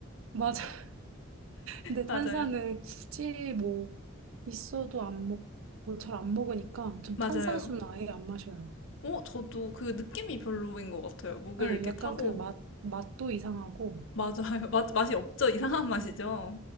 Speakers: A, on the right; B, on the left.
A: 맞아요. 근데
B: <laughs>
A: 탄산은
B: 맞아요.
A: 굳이 뭐 있어도 안 먹, 뭐 잘 안 먹으니까 좀
B: 맞아요.
A: 탄산수는 아예 안 마셔요.
B: 어, 저도 그 느낌이 별로인 것 같아요. 목을
A: 네,
B: 이렇게
A: 약간
B: 타고
A: 그 맛, 맛도 이상하고.
B: 맞아요. 맛, 맛이 없죠? 이상한 맛이죠?